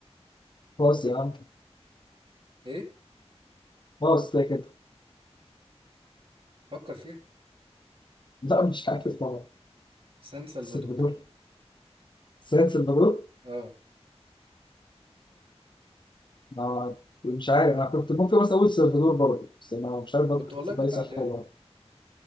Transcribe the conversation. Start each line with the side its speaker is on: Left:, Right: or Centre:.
Left: باص يا عم
Right: ايه
Left: باص كده كده
Right: فكر فيها
Left: لا مش عارف طبعا
Right: سان سلفادور
Left: سلفادور سيد سلفادور
Right: اه
Left: ما مش عارف انا كنت ممكن بس اقول سلفادور برضه بس انا مش عارف برضه
Right: كنت
Left: كنت
Right: والله كنت عديها
Left: صح ولا
Right: لك
Left: لا.